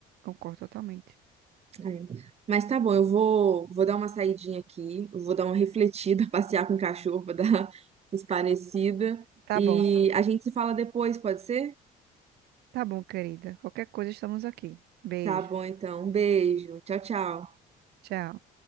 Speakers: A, on the right; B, on the right.
A: Concordo totalmente.
B: É. Mas tá bom, eu vou, vou dar uma saidinha aqui, eu vou dar uma refletida, <laughs> passear com o cachorro para dar uma esparecida.
A: Tá
B: E
A: bom,
B: a gente se fala depois, pode ser?
A: tá bom, querida. Qualquer coisa, estamos aqui. Beijo.
B: Tá bom, então. Um beijo. Tchau, tchau.
A: Tchau.